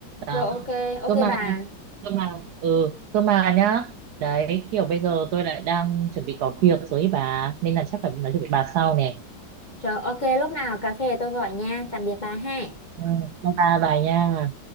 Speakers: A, on the right; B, on the left.
A: Đó,
B: rồi ok ok
A: cơ mà,
B: bà
A: cơ mà, ừ, cơ mà nhá. Đấy, kiểu bây giờ tôi lại đang chuẩn bị có việc rồi ý bà, nên là chắc phải nói chuyện với bà sau nè.
B: Rồi ok lúc nào cà phê tôi gọi nha. Tạm biệt bà ha.
A: Ừ, bye bye bà nha.